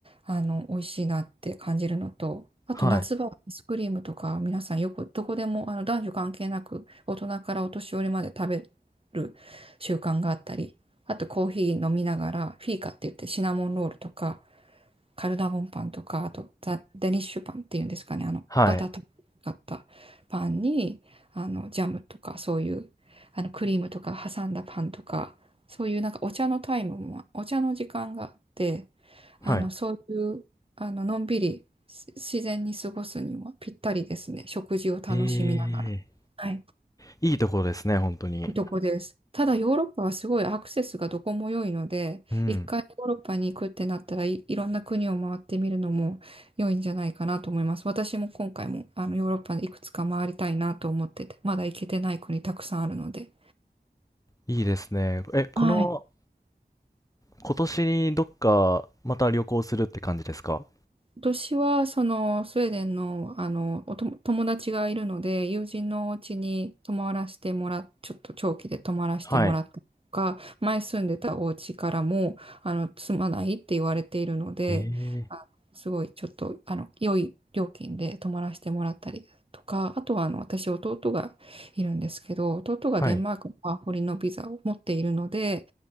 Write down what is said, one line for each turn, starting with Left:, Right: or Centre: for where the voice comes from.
Right: あの、美味しいなって感じるのと、あと夏場、
Left: はい。
Right: アイスクリームとか、皆さんよくどこでも、あの、男女関係なく、大人からお年寄りまで食べる習慣があったり、あとコーヒー飲みながら、フィーカって言ってシナモンロールとか、カルダモンパンとか、あとザ・デニッシュパンっていうんですかね、あの、
Left: はい。
Right: バターとかったパンに、あの、ジャムとか、そういう、あの、クリームとか挟んだパンとか、そういうなんかお茶のタイムも、お茶の時間があって、
Left: はい。
Right: あの、そういう、あの、のんびりし自然に過ごすにはぴったりですね。食事を楽しみながら。
Left: ええ、
Right: はい。
Left: いいところですね、本当に。
Right: いいとこです。ただヨーロッパはすごいアクセスがどこも良いので、
Left: うん。
Right: 一回ヨーロッパに行くってなったらい、いろんな国を回ってみるのも良いんじゃないかなと思います。私も今回もあのヨーロッパでいくつか回りたいなと思ってて、まだ行けてない国たくさんあるので。
Left: いいですね。え、この、
Right: はい。
Left: 今年にどっか、また旅行するって感じですか
Right: 私は、その、スウェーデンの、あの、おとも友達がいるので、友人のお家に泊まらせてもらっ、ちょっと長期で泊まらせてもらったりとか、
Left: はい。
Right: 前住んでたお家からも、あの、住まないって言われているので、
Left: ええ、
Right: あすごい、ちょっと、あの、良い料金で泊まらせてもらったりとか、あとは、あの、私、弟がいるんですけど、弟がデンマークのワーホリのビザを持っているので、
Left: はい。